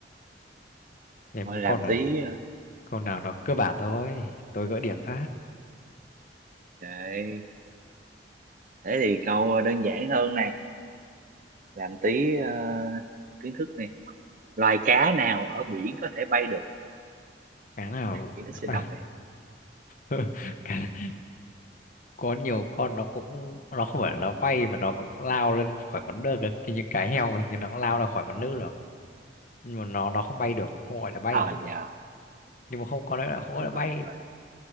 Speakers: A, on the left; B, on the right.
A: em
B: thôi
A: có
B: làm
A: câu nào
B: tí ờ,
A: câu nào nó cơ bản thôi tôi gỡ điểm phát
B: để thế thì câu đơn giản hơn này làm tí ờ, kiến thức này loài cá nào ở biển có thể bay được
A: cái nào
B: kiến thức sinh
A: à,
B: học này
A: <laughs> cái, có nhiều con nó cũng nó không phải nó bay mà nó cũng lao lên khỏi mặt nước ấy. Thì những cái heo hình như nó cũng lao ra khỏi mặt nước được nhưng mà nó nó không bay được không gọi là bay
B: ờ dạ
A: nhưng mà không có đấy là không gọi
B: đúng
A: là bay
B: rồi nó gọi là